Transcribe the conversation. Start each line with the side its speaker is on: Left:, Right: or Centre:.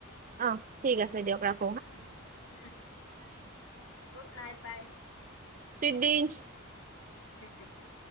Right: অ ঠিক আছে দিয়ক ৰাখ
Left: উ উ গুড নাইট বাই।
Right: চুইট ডিনচ্
Left: <unintelligible>